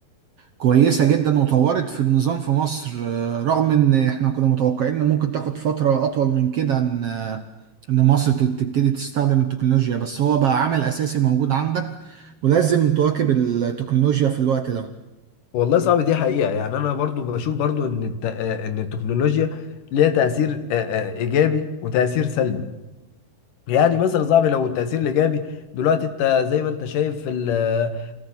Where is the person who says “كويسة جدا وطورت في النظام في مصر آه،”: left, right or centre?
Right